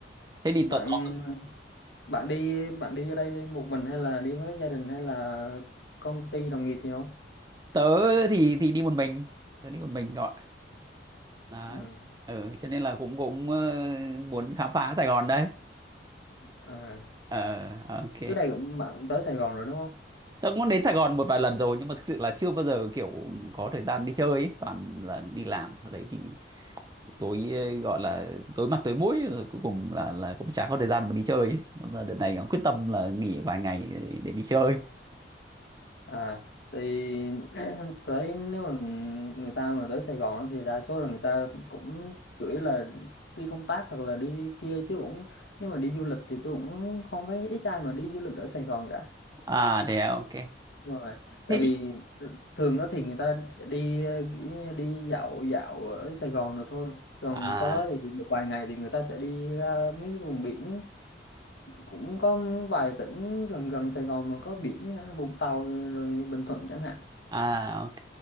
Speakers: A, on the right (about 20°); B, on the left (about 70°).
A: thế thì
B: bạn
A: tớ, tớ
B: bạn đi bạn đi vô đây với một mình hay là đi với gia đình hay là công ty đồng nghiệp gì không
A: tớ thì thì đi một mình tớ đi một mình gọi đó
B: ừ.
A: ừ cho nên là cũng cũng ờ, muốn khám phá Sài Gòn đấy
B: à.
A: ờ ok
B: trước đây cũng bạn cũng tới Sài Gòn rồi đúng không
A: Tớ cũng đến Sài Gòn một vài lần rồi nhưng mà thực sự là chưa bao giờ kiểu có thời gian đi chơi ấy. Toàn là đi làm ở đấy thì tối ờ, gọi là tối mặt tối mũi rồi cuối cùng là là cũng chả có thời gian mà đi chơi ấy. Nên là đợt này cũng quyết tâm là nghỉ vài ngày để, để đi chơi.
B: À, thì <clears throat> tới nếu mà người ta mà tới Sài Gòn á, thì đa số là người ta cũng chủ yếu là đi công tác hoặc là đi kia chứ cũng nếu mà đi du lịch thì tôi cũng không thấy ít ai mà đi du lịch ở Sài Gòn cả
A: À thế à, ok.
B: Đúng rồi tại
A: Thế
B: vì
A: thì
B: thường á thì người ta đi ờ, kiểu như đi dạo dạo ở Sài Gòn rồi thôi còn
A: à
B: sau đó thì một vài ngày thì người ta sẽ đi ra mấy vùng biển cũng có vài tỉnh gần gần Sài Gòn mà có biển ờ, Vũng Tàu rồi Bình Thuận chẳng hạn
A: à ok.